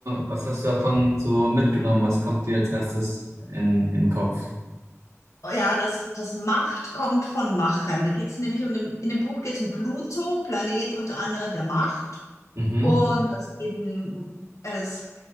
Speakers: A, on the right (about 80°); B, on the left (about 75°).
A: was hast du davon so mitgenommen? Was kommt dir als erstes in, in den Kopf?
B: oh ja das, das Macht kommt von Machen. Da geht's nämlich um den, in dem Buch geht's um Pluto, Planet unter anderem der Macht.
A: Mhm.
B: Und dass eben es,